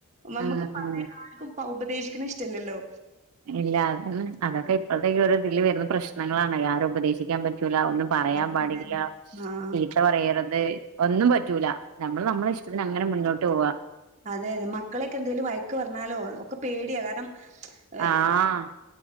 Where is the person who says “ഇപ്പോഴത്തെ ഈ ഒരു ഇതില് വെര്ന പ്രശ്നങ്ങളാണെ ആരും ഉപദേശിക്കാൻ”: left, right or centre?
Right